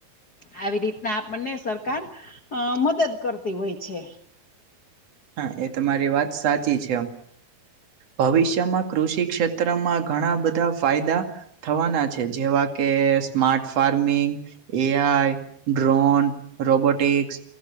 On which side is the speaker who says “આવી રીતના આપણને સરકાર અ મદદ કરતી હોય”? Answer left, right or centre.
Left